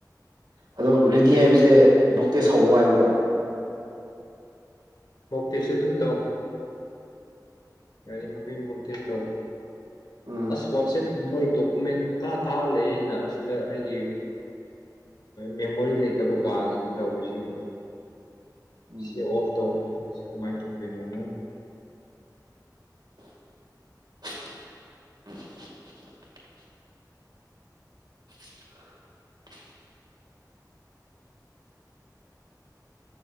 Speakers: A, on the right; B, on the left.
A: ꯑꯗꯣ ꯔꯦꯗꯤ ꯍꯥꯏꯕꯁꯦ ꯃꯨꯛꯇ ꯁꯥꯎꯑꯣ ꯍꯥꯏꯕ꯭ꯔꯥ
B: ꯃꯣꯛꯇꯦꯁꯨ ꯑꯗꯨꯝ ꯇꯧ ꯌꯥꯔꯤ ꯃꯈꯩ ꯃꯨꯛꯇꯦꯁ ꯇꯧ
A: ꯎꯝ
B: ꯑꯁ ꯋꯥꯠꯁꯑꯦꯞ ꯃꯣꯏ ꯗꯣꯀꯨꯃꯦꯟ ꯄꯨꯡꯊꯥ ꯊꯥꯔ ꯂꯩ ꯑꯩꯅ ꯁꯤꯗ ꯑꯩꯒꯤ ꯃꯦꯃꯣꯔꯤ ꯂꯩꯇꯕ ꯀꯅꯁꯨ ꯇꯧꯔꯤ ꯁꯦ ꯌꯦꯡꯉꯣ
A: ꯎꯝ
B: ꯁꯤ ꯑꯣꯐ ꯇꯣꯡ ꯀꯃꯥꯏꯅ ꯇꯧꯗꯣꯏꯅꯣ
A: <unintelligible> <unintelligible>